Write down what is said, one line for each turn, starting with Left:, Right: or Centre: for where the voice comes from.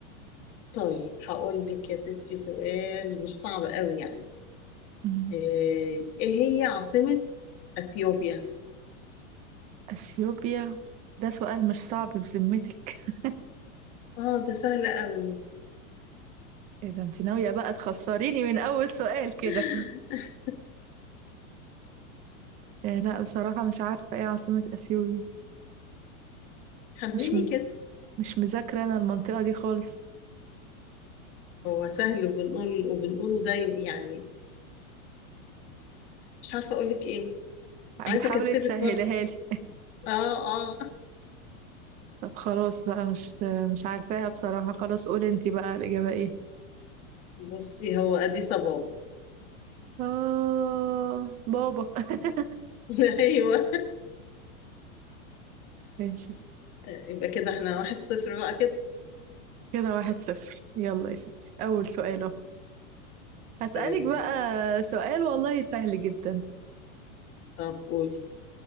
Left: طيب هقول لك يا ستي سؤال مش صعب قوي يعني
Right: يعني
Left: ايه إيه هي عاصمه اثيوبيا
Right: اثيوبيا ده سؤال مش صعب بذمتك <laughs>
Left: اه ده سهل قوي
Right: ايه ده انت ناوية بقى تخسريني من اول سؤال كده
Left: <laughs>
Right: إيه لا بصراحة مش عارفة ايه عاصمة اثيوبيا
Left: خمني
Right: مش م...
Left: كده
Right: مش مذاكرة انا المنطقة دي خالص
Left: هو سهل وبنقول وبنقوله دايما يعني مش عارفة اقول لك ايه عايزة
Right: بتحاولي
Left: اكسبك
Right: تسهلها
Left: برضه
Right: لي
Left: اه اه
Right: طب خلاص بقى مش مش عارفاها بصراحة خلاص قولي انت بقى الإجابة ايه
Left: بصي هو اديس بابا
Right: آه بابا <laughs>
Left: <laughs> ايوه
Right: ماشي
Left: يبقى كده احنا واحد صفر بقى كده
Right: كده واحد صفر يلا يا ستي أول سؤال اهو هسألك
Left: طيب
Right: بقى
Left: يا ستي
Right: سؤال والله سهل جدا
Left: طب قولي